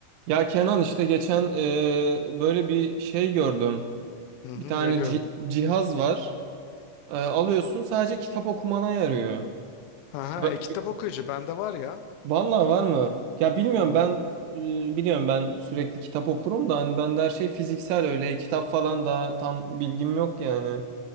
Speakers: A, on the right; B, on the left.
A: Ya Kenan işte geçen eee, böyle bir şey gördüm.
B: Hı hı,
A: Bir tane
B: ne gördün?
A: ci- cihaz var. Eee, alıyorsun sadece kitap okumana yarıyor.
B: Aha,
A: Ba-
B: e, kitap
A: bi-
B: okuyucu bende var ya.
A: Vallahi var mı? Ya bilmiyorum
B: Aynen.
A: ben e, biliyorum ben sürekli kitap okurum da hani ben de her şey fiziksel öyle kitap falan da tam bilgim yok yani.